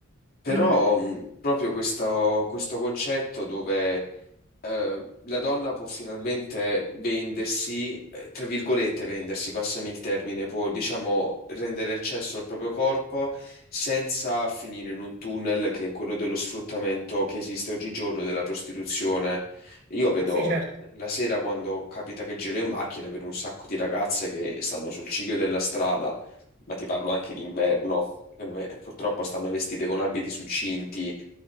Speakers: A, on the left; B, on the right.
A: Però
B: Mhm.
A: mh, proprio questo, questo concetto dove eh, la donna può finalmente vendersi, eh, tra virgolette vendersi, passami il termine, può diciamo rendere accesso al proprio corpo senza finire in un tunnel che è quello dello sfruttamento che esiste oggigiorno della prostituzione. Io vedo
B: Ma sì, certo.
A: la sera quando capita che giro in macchina, vedo un sacco di ragazze che stanno sul ciglio della strada, ma ti parlo anche d'inverno, dove purtroppo stanno vestite con abiti succinti